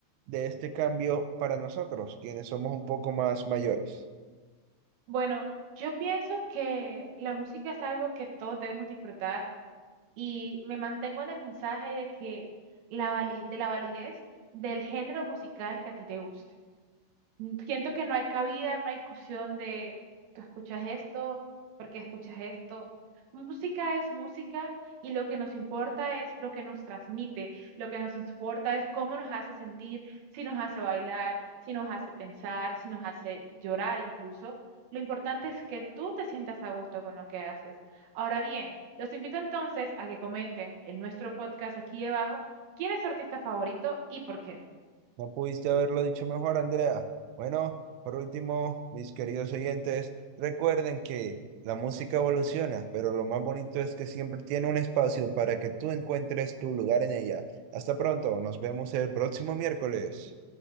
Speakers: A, on the right; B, on the right.
A: de este cambio para nosotros, quienes somos un poco más mayores.
B: Bueno, yo pienso que la música es algo que todos debemos disfrutar y me mantengo en el mensaje de que la vali- de la validez del género musical que a ti te guste mm, Siento que no hay cabida en una discusión de tú escuchas esto, porque escuchas esto. Música es música y lo que nos importa es lo que nos transmite, lo que nos importa es cómo nos hace sentir, si nos hace bailar, si nos hace pensar, si nos hace llorar incluso. Lo importante es que tú te sientas a gusto con lo que haces. Ahora bien, los invito entonces a que comenten en nuestro podcast aquí debajo quién es su artista favorito y por qué.
A: No pudiste haberlo dicho mejor, Andrea. Bueno, por último, mis queridos oyentes, recuerden que la música evoluciona, pero lo más bonito es que siempre tiene un espacio para que tú encuentres tu lugar en ella. Hasta pronto, nos vemos el próximo miércoles.